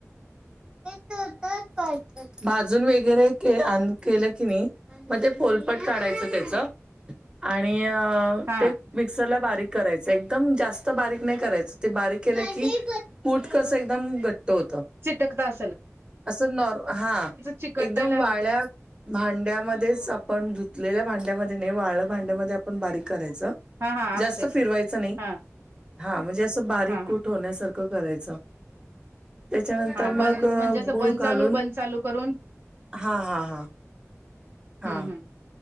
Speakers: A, on the right; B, on the right.
A: ते तर हो तर पाय <unintelligible> भाजून वेगैरे के केलं की नई म ते पोलपट काढायचं त्याच आणि अ
B: हा
A: ते मिक्सरला बारीक करायचं एकदम जास्त बारीक नाई करायच. ते बारीक केलं की पूट कसं एकदम घट्ट होतं.
B: चिटकतात.
A: आसं नॉर् हा
B: चिकटाय
A: एकदम
B: लागले
A: वाळ्या भांड्यामध्येच आपण धुतलेल्या भांड्यामध्ये नई वाळ भांड्यामध्ये आपण बारीक करायचं.
B: हा हा
A: जास्त
B: असतं की
A: फिरवायचं नाही.
B: हा
A: हां म्हणजे आसं बारीक
B: हा हा
A: कूट होण्यासारखं करायचं. त्याच्यानंतर
B: हा बन
A: मग अ
B: म्हणजे असं
A: गूळ
B: बंद
A: कालून
B: चालू बंद चालू करून
A: हा हा हा. हा
B: हम् हम्.